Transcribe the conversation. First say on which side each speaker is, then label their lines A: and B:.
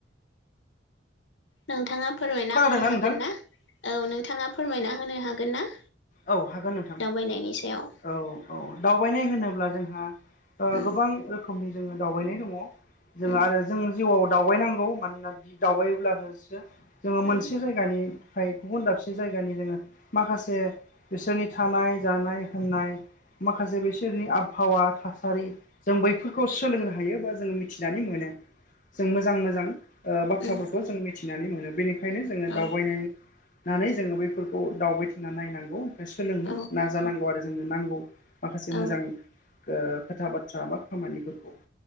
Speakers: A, on the left (about 80°); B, on the left (about 45°).
A: नोंथाङा फोरमायना
B: खोनादोंना
A: होनो
B: नोंथां
A: हागोन ना औ नोंथाङा फोरमायना होनो हागोन ना
B: औ हागोन नोंथां
A: दावबायनायनि सायाव
B: औ औ दावबायनाय होनोब्ला जोंहा ओ
A: उम
B: गोबां रोखोमनि दावबायनाय दङ जोङो
A: उम
B: आरो जों जिउआव दावबायनांगौ मानोना बि दावबायोब्लासो जोङो
A: उम
B: मोनसे जायगानि फ्राय गुबुन दाबसे जायगानि जोङो माखासे बिसोरनि थानाय जानाय होननाय माखासे बिसोरनि आबहावा थासारि जों बैफोरखौ सोलोंनो हायो बा जों मिथिनानै मोनो जों मोजां मोजां ओ बाथ्राफोरखौ
A: उम
B: जों मिथिनानै मोनो बेनिखायनो जोङो
A: औ
B: दावबायनाय होननानै जोङो बेफोरखौ दावबायथिंना नायनां गौ बा सोलोङो
A: औ
B: नाजानांगौ आरो जोंनो नांगौ माखासे
A: औ
B: मोजां ओ खोथा बाथ्रा बा खामानिफोरखौ